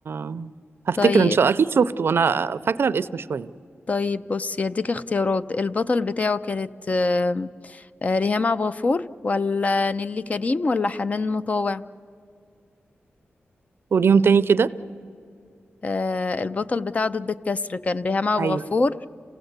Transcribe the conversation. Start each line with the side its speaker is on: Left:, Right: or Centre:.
Right: ه... هفتكر
Left: طيب
Right: ان شاء الله اكيد شفته انا فاكره الاسم شويه
Left: طيب بصي هديك اختيارات البطل بتاعه كانت آم، آه، ريهام عبد الغفور ولا نيلي كريم ولا حنان مطاوع
Right: قوليهم تاني كده
Left: آه، البطل بتاعه ضد الكسر كان ريهام عبد
Right: ايوه
Left: الغفور